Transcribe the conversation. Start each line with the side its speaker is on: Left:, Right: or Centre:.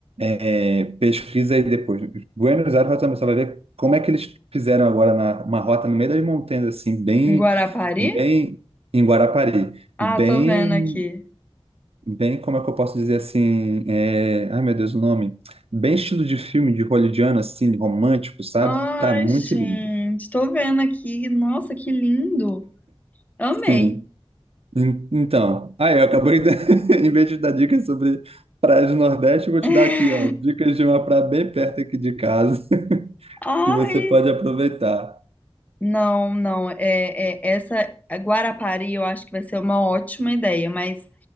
Right: É, pesquisa aí depois. Buenos Aires, Rota dos Namorados, você vai ver como é que eles fizeram agora na, uma rota no meio das montanhas, assim, bem,
Left: Em Guarapari?
Right: bem em Guarapari,
Left: Ah,
Right: bem
Left: tô vendo aqui.
Right: bem, como é que eu posso dizer assim? é, Ai, meu Deus, o nome. Bem estilo de filme de hollywoodiano, assim, romântico, sabe?
Left: Ai,
Right: Tá muito
Left: gente,
Right: lindo.
Left: tô vendo aqui. Nossa, que lindo. Amei.
Right: Sim. En- Então, aí eu acabei, de... <laughs> em vez de dar dicas sobre praias do Nordeste, eu vou te
Left: <laughs>
Right: dar aqui, ó, dicas de uma praia bem perto aqui de casa, <laughs>
Left: Ai.
Right: que você pode aproveitar.
Left: Não, não. É, é- essa Guarapari eu acho que vai ser uma ótima ideia, mas